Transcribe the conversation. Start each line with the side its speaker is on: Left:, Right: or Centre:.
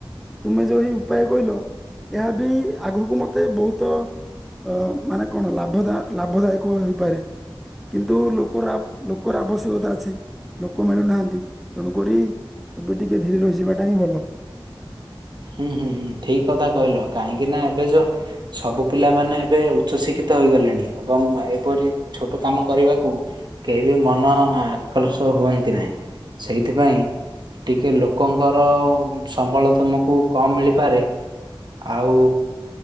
Centre: ତୁମେ ଯୋଉ ଏଇ ଉପାୟ କହିଲ ଏହା ବି ଆଗକୁ ମତେ ବହୁତ ଅ ମାନେ କଣ ଲାଭ ଲାଭଦାୟକ ହେଇପାରେ। କିନ୍ତୁ ଲୋକର ଲୋକର ଆବଶ୍ୟକତା ଅଛି ଲୋକ ମିଳୁନାହାନ୍ତି ତେଣୁକରି ଏବେ ଟିକେ ଧୀରେ ରହିଯିବାଟା ହିଁ ଭଲ।
Right: ହୁଁ ହୁଁ ହୁଁ ଠିକ କଥା କହିଲ କାହିଁକି ନା ଏବେ ଯୋଉ ସବୁ ପିଲାମାନୋନେ ଏବେ ଉଚ୍ଚ ଶିକ୍ଷିତ ହୋଇଗଲେଣି ଏବଂ ଏହିପରି ଛୋଟ କାମ କରିବାକୁ କେହି ବି ମନ ଆକର୍ଷ ହୁଅନ୍ତି ନାହିଁ ସେଇଥିପାଇଁ ଟିକେ ଲୋକଙ୍କର ସମ୍ବଳ ତମକୁ କମ୍ ମିଳିପାରେ ଆଉ